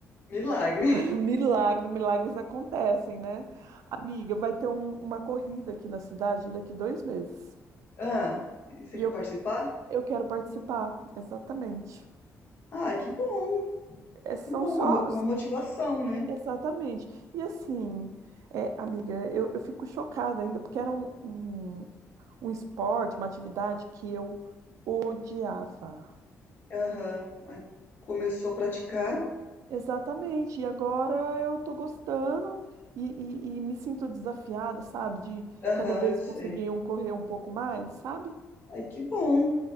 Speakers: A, on the left (about 40°); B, on the right (about 80°).
A: Milagre.
B: <laughs> Milagre, milagres acontecem, né? Amiga, vai ter um- uma corrida aqui na cidade daqui dois meses.
A: Ah, e você
B: E
A: quer
B: eu,
A: participar?
B: que- eu quero participar, exatamente.
A: Ai, que bom,
B: É, são
A: que bom,
B: só.
A: uma, mo- uma motivação, né?
B: Exatamente. E assim, é, amiga, eu, eu fico chocada ainda, porque era um, um, um esporte, uma atividade que eu odiava.
A: Aham. Aí começou a praticar.
B: Exatamente. E agora eu tô gostando e, e, e me sinto desafiada, sabe? De
A: Aham,
B: cada vez
A: eu sei.
B: conseguir um correr um pouco mais, sabe?
A: Ai, que bom.